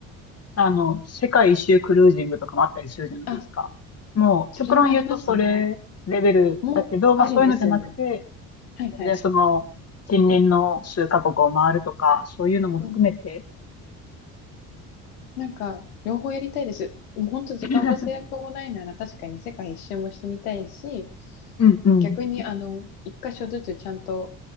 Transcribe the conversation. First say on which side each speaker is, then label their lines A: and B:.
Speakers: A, on the left; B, on the left.
A: あの、世界一周クルージングとかもあったりするじゃないですか。
B: あ、
A: もう、
B: それもありますね。
A: 極論言うとそれレベルだけど、
B: もう、
A: まあそういうのじゃなくて、
B: ありですよね。はいはい。
A: 全然その、近隣の数カ国を回るとか、そういうのも含めて、
B: うんうんなんか、両方やりたいです。もう本当時間も制約もないなら確かに世界一周もしてみたいし、
A: <laughs> うんうん。
B: 逆にあの、一箇所ずつちゃんと